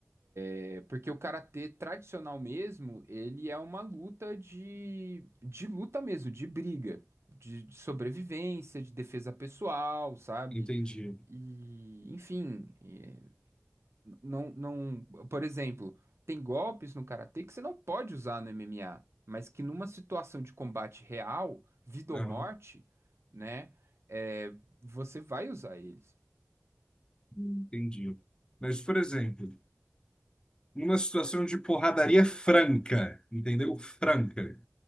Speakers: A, on the right; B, on the left.
A: É porque o karatê tradicional mesmo, ele é uma luta de, de luta mesmo, de briga, de, de sobrevivência, de defesa pessoal, sabe?
B: entendi.
A: E, enfim, é, não, não, por exemplo, tem golpes no karatê que você não pode usar no MMA, mas que numa situação de combate real, vida
B: Aham,
A: ou morte, né, é, você vai usar eles.
B: entendi. Mas, por exemplo, numa situação de porradaria franca, entendeu? Franca.